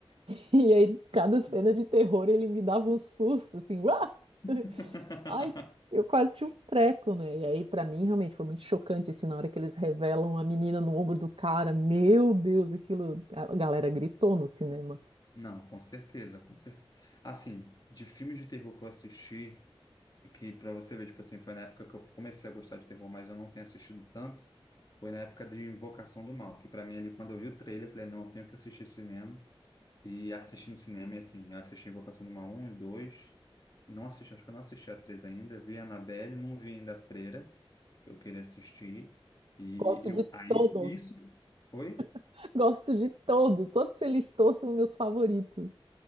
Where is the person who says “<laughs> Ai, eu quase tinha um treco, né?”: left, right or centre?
Right